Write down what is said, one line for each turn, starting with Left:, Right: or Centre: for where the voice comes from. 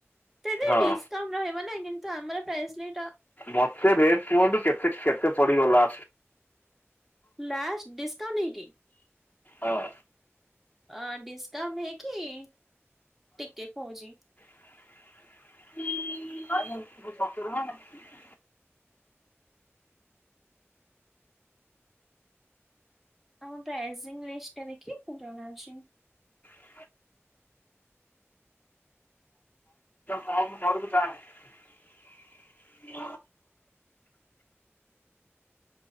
Centre: ତ ଏଥିରେ
Left: ହଁ
Centre: ଡିସକାଉଣ୍ଟ ରହିବ ନା। କିନ୍ତୁ ଆମର ପ୍ରାଇସ୍ ରେ
Left: ମତେ ରେଟ୍ କୁହନ୍ତୁ କେତେ କେତେ ପଡିଗଲା?
Centre: ଲାଷ୍ଟ ଡିସ୍କକାଉଣ୍ଟ ନାହିଁକି?
Left: ହଁ।
Centre: ଅ ଡିସ୍କାଉଣ୍ଟ ହେଇକି ଟିକେ କହୁଚି।
Left: <inaudible>
Centre: ଆମ ପ୍ରାଇଜିଙ୍ଗ୍ ଲିଷ୍ଟ ଟା ଦେଖି ମୁଁ ଜଣାଉଚି।
Left: <inaudible> ହଉ ମୁଁ ଘରୁକୁ ଯାଏ।